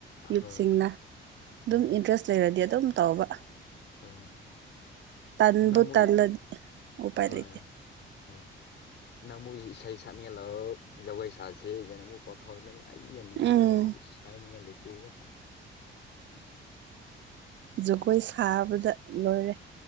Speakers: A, on the right; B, on the left.
A: ꯌꯨꯠꯁꯤꯡꯅ
B: ꯍꯣꯏ ꯍꯣꯏ
A: ꯑꯗꯨꯝ ꯏꯟꯇꯔꯦꯁ ꯂꯩꯔꯗꯤ ꯑꯗꯨꯝ ꯇꯧꯕ
B: ꯍꯣꯏ
A: ꯇꯟꯕꯨ
B: ꯅꯪ ꯑꯃꯨꯛ
A: ꯇꯜꯂ ꯎꯄꯥꯥꯏ
B: ꯍꯣꯏ
A: ꯂꯩꯗ
B: ꯍꯣꯏ ꯅꯪ ꯑꯃꯨꯛ ꯏꯁꯩ ꯁꯛꯅꯤꯡꯂꯣ ꯖꯒꯣꯏ ꯁꯥꯁꯦ ꯀꯩꯅꯃꯨꯛ ꯀꯣꯠꯊꯧꯔꯛꯀꯅꯤ ꯑꯩ ꯌꯥꯝ ꯅꯨꯡꯉꯥꯏꯕꯖꯥꯗꯣ
A: ꯎꯝ
B: ꯎꯁ ꯍꯥꯏꯅꯤꯡꯉꯥꯏ ꯂꯩꯇ꯭ꯦꯕ
A: ꯖꯒꯣꯏ ꯁꯥꯕꯗ ꯂꯣꯏꯔꯦ